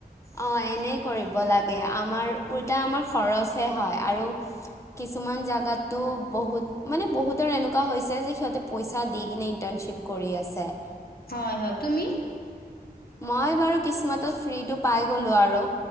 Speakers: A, on the left; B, on the left.
A: অঁ এনেই কৰিব লাগে আমাৰ উলটা আমাৰ খৰচহে হয়, আৰু কিছুমান জেগাতো বহুত মানে বহুতৰ এনেকুৱা হৈছে যে সিহঁতে পইচা দি কিনে ইণ্টাৰ্ণশ্বিপ কৰি আছে।
B: হয় হয়, তুমি?
A: মই বাৰু কিছমাতত ফ্ৰীটো পাই গ'লোঁ আৰু।